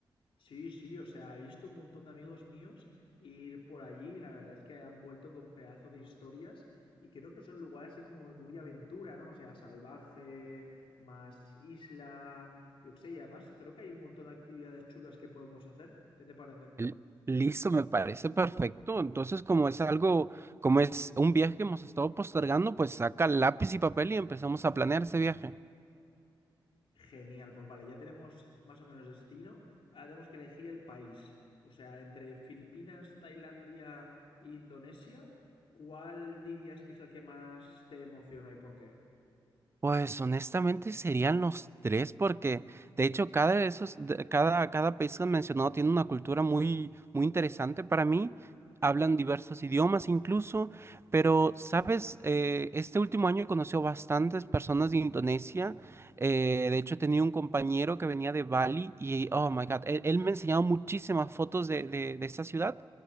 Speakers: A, on the left (about 75°); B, on the right (about 25°).
A: Sí, sí, o sea, he visto un montón de amigos míos ir por allí y la verdad es que han vuelto con pedazo de historias y creo que son lugares así como de muy aventura, ¿no? O sea, salvaje, más isla, yo qué sé, y además creo que hay un montón de actividades chulas que podemos hacer. ¿Qué te parece?
B: L- Listo, me parece perfecto. Entonces, como es algo, como es un viaje que hemos estado postergando, pues saca lápiz y papel y empezamos a planear ese viaje.
A: Genial, pues vale, ya tenemos más o menos destino. Ahora tenemos que elegir el país. O sea, entre Filipinas, Tailandia e Indonesia, ¿cuál dirías que es el que más te emociona y por qué?
B: Pues honestamente serían los tres porque de hecho cada de esos de- cada cada país que han mencionado tiene una cultura muy muy interesante para mí. Hablan diversos idiomas incluso, pero sabes, Eh, este último año he conocido bastantes personas de Indonesia. Eh, de hecho tenía un compañero que venía de Bali y oh my God, él, él me enseñaba muchísimas fotos de, de de esta ciudad